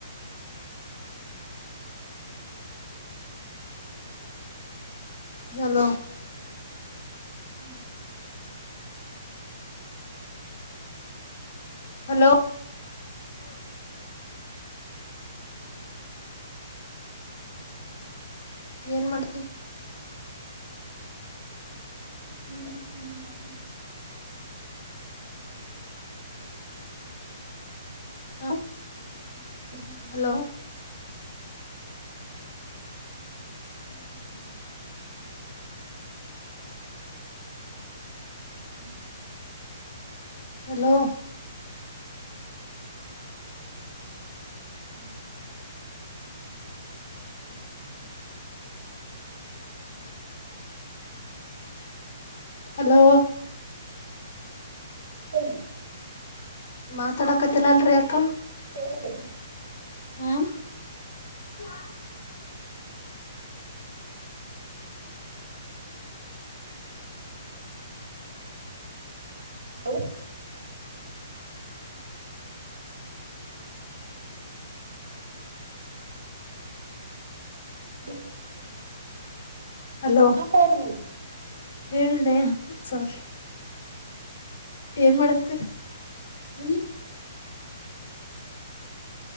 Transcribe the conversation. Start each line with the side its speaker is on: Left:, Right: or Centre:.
Right: ಹ್ಮ್ <unintelligible>
Left: ಹಲೋ
Right: ಹ್ಮ
Left: ಹಲೋ ಏನ್ ಮಾಡ್ತಿ
Right: ಹ್ಮ್ ಹ್ಮ ಹ್ಮ
Left: ಹಾ <unintelligible>
Right: <inaudible>
Left: ಹಲೋ
Right: ಹ್ಮ ಹ್ಮ <unintelligible> ಹ್ಞೂ <inaudible>
Left: ಹಲೋ
Right: ಹ್ಮ್ <unintelligible> <inaudible> <inaudible>
Left: ಹಲೋ
Right: ಹಏ <unintelligible>
Left: ಮಾತಾಡಕತ್ತಿಲ್ಲ ಅಲ್ರಿ ಯಾಕ?
Right: ಕೇಳಲರಿ?
Left: ಹ್ಮ <unintelligible>
Right: <unintelligible> <unintelligible> ಹ್ಮ <unintelligible>
Left: ಹಲೋ
Right: ಮಾತಾಡ್ರಿ
Left: ಹೇಳ್ದೆ ಸಾರೀ ಏನ್ ಮಾಡಕತ್ತೀರಿ <unintelligible>